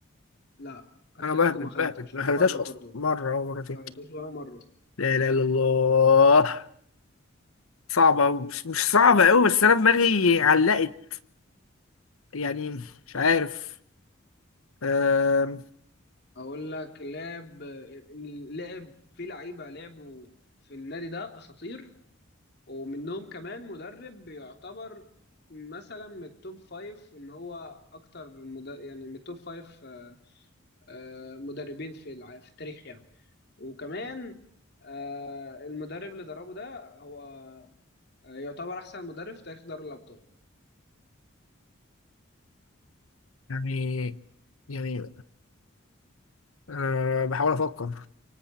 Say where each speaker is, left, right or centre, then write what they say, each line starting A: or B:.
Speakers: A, on the left (about 50°); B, on the left (about 80°).
A: لا اتلتيكو
B: انا بهبد
A: ما خدتش
B: بهبد ما هبتهاش
A: مرة
B: اصلا
A: برضو
B: مره او مرتين
A: ما خدتوش ولا مرة
B: لا لا لا الله صعبة مش مش صعبة أوي بس أنا دماغي علقت يعني مش عارف آم،
A: اقول لك لعب إن لعب في لعيبة لعبوا في النادي ده اساطير ومنهم كمان مدرب يعتبر مثلا من التوب فايف ان هو اكتر مد... يعني من التوب فايف آه، مدربين في الع- في التاريخ يعني وكمان آه، المدرب اللي دربه ده هو آه، يعتبر احسن مدرب في تاريخ دوري الابطال
B: يعني يعني أه بحاول أفكر